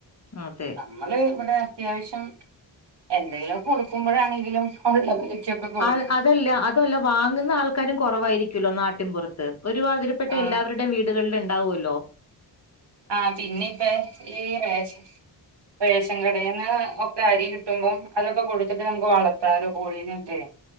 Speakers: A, on the left (about 35°); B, on the right (about 65°).
A: അതെ
B: നമ്മള് ഇവിടെ അത്യാവശ്യം എന്തെങ്കിലും കൊടുക്കുമ്പോഴാണെങ്കിലും ഉള്ളതുവെച്ചൊക്കെ കൊടു
A: ആ അതല്ല അതുല്ല വാങ്ങുന്ന ആൾക്കാരും കുറവായിരിക്കുല്ലോ നാട്ടിൻപുറത്ത് ഒരുമാതിരിപ്പെട്ട
B: ആഹ്
A: എല്ലാവരുടെയും വീ ടുകളിൽ ഉണ്ടാവുല്ലോ
B: ആ പിന്നെ ഇപ്പ ഈ റേ റേഷൻ കടേന്ന് ഒക്കെ അരി കിട്ടുമ്പോ അതൊക്കെ കൊടുത്തിട്ട് നമുക്ക് വളർത്താലോ കോഴീനെക്കെ